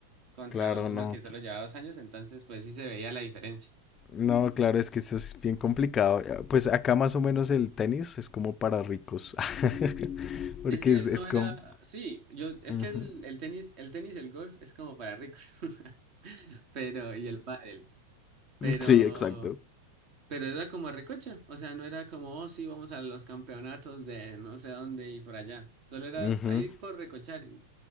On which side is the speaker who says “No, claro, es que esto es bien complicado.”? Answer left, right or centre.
Left